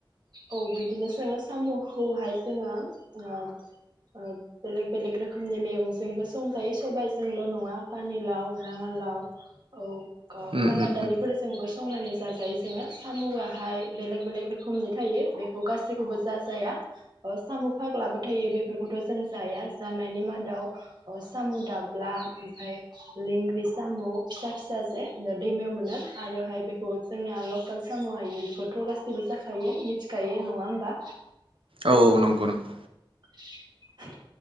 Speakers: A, on the right (about 55°); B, on the right (about 85°).
A: औ बिदिनो सोङो साम' खौहाय जोङो ओ ओ बेलेग बेलेग रोखोमनि मैगंजोंबो संजायो सबायजोंल' नङा पानिलाव रङा'लाव औ
B: उम
A: काला
B: उम
A: दालिफोरजोंबो संनानै जाजायो जोङो साम'आ बेलेग बेलेग रोखोमनि थायो बेखौ गासैखौबो जा जाया अ साम' फाग्लाबो थायो बेफोरखौथ' जों जाया जानायनि मादाव साम' दाब्ला ओमफ्राय लेंग्रि साम' फिसा फिसा जे दैमायाव मोनो आरोहाय बेखौ जोंनिया लकेल साम' आयिखौ गासिबो जाखायो गायो नङा होमबा
B: ओ औ औ नंगौ नंगौ
A: <inaudible>